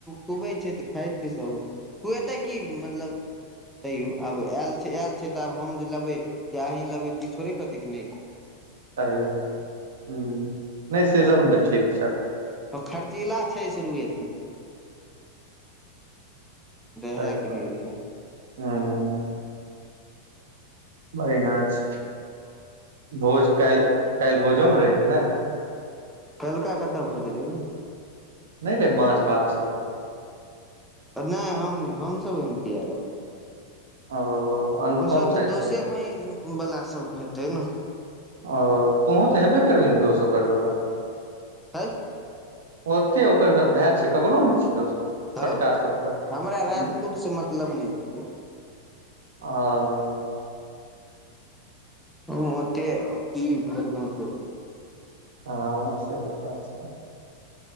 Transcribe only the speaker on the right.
सही बात हुँ नय से सबमे तऽ ठीक छै।
सहि
बात
हुँ बढ़ियाँ छै भोज काल्हि काल्हि भोजो मे रही की नय
नय रहै माछ भात सब
ओ अनुपम
शायद
भेल
ओ तूहों तऽ हेबे करबीहि ने दोस ओकर सबके
ओते ओकर सब भए छै ककरो नय छिही दोस्त
छोटका सबके
हँ
आओ
हँ सेहो बात छै